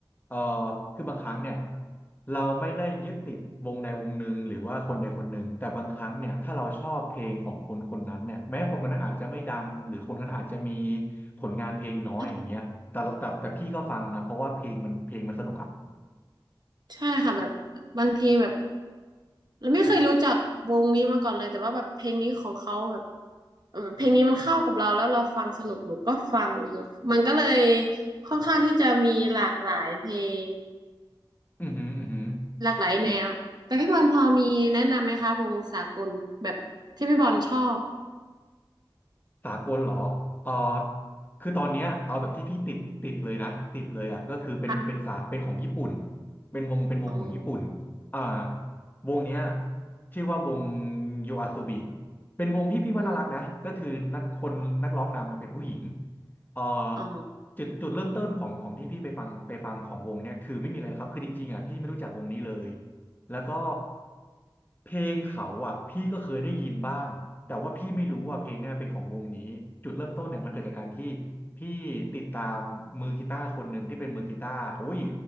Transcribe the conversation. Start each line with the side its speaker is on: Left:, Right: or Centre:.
Left: เออคือบางครั้งเนี่ยเราไม่ได้ยึดติดวงใดวงหนึ่งหรือว่าคนใดคนหนึ่ง แต่บางครั้งเนี่ยถ้าเราชอบเพลงของคนคนนั้นเนี่ยแม้คนคนนั้นอาจจะไม่ดังหรือคนคนนั้นอาจจะมีผลงานเพลงน้อยอย่างเงี้ยแต่แต่แต่พี่ก็ฟังนะเพราะว่าเพลงมันเพลงมันสนุกอ่ะ
Right: ใช่ใช่ค่ะแบบบางทีแบบเราไม่เคยรู้จักวงนี้มาก่อนเลยแต่ว่าแบบเพลงนี้ของเขาแบบเออเพลงนี้มันเข้ากับเราแล้วเราฟังสนุกหนูก็ฟังแบบมันก็เลยค่อนข้างที่จะมีหลากหลายเพลง
Left: อือหืออือหือ
Right: หลากหลายแนวแต่พี่บอลพอมีแนะนำไหมคะวงสากลแบบที่พี่บอลชอบ
Left: สากลเหรอเออคือตอนเนี้ยเอาแบบที่พี่ติดติดเลยนะติดเลยอ่ะก็คือเป็นเป็นสาเป็นของญี่ปุ่น
Right: ค่ะ
Left: เป็นวงเป็นวงของญี่ปุ่น
Right: อ๋อ
Left: อ่าวงเนี้ยชื่อว่าวงโยอาโซบิเป็นวงที่พี่ว่าน่ารักนะก็คือนักคนนักร้องนำมาเป็นผู้หญิง
Right: อืม
Left: เอ่อ
Right: อ๋อ
Left: จุดจุดเริ่มต้นของของที่พี่ไปฟังไปฟังของวงเนี่ยคือไม่มีอะไรครับคือจริงๆอ่ะพี่ไม่รู้จักวงนี้เลย แล้วก็เพลงเขาอ่ะพี่ก็เคยได้ยินบ้างแต่ว่าพี่ไม่รู้ว่าเพลงเนี่ยเป็นของวงนี้จุดเริ่มต้นเนี่ยมันเกิดจากการที่พี่ติดตามมือกีตาร์คนหนึ่งที่เป็นมือกีตาร์โอ้ย